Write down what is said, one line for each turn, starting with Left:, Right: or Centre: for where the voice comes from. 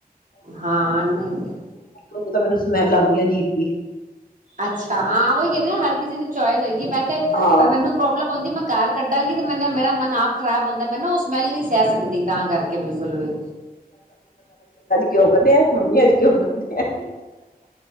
Right: ਹਾਂ ਨਹੀਂ,
Left: ਉਦੇ ਚ ਤਾਂ ਮੈਨੂੰ ਸਮੈਲ ਆਦੀ ਆ ਅਜੀਬ ਜੀ,
Right: ਅੱਛਾ ਹਾਂ ਉਹੀ ਕਹਿੰਦੇ ਆ ਹਰ ਕਿਸੇ ਦੀ ਚੋਇਸ ਹੈਗੀ ਮੈਂ ਤੇ
Left: ਹਾਂ
Right: ਪਰ ਮੈਨੂੰ ਪ੍ਰੋਬਲਮ ਆਦੀ ਮੈਂ ਕਾਰ ਕੱਢਾਂਗੀ ਤੇ ਮੈਨੂੰ ਮੇਰਾ ਮਨ ਆਪ ਖਰਾਬ ਹੁੰਦਾ ਮੈ ਨਾ ਉਸ ਸਮੈਲ ਨੀ ਸਹਿ ਸਕਦੀ ਤਾਂ ਕਰਕੇ ਬਿਲਕੁਲ ਵੀ
Left: ਘਿਉ ਕੱਢਿਆ ਮੰਮੀ ਅੱਜ ਘਿਓ ਕੱਢਿਆ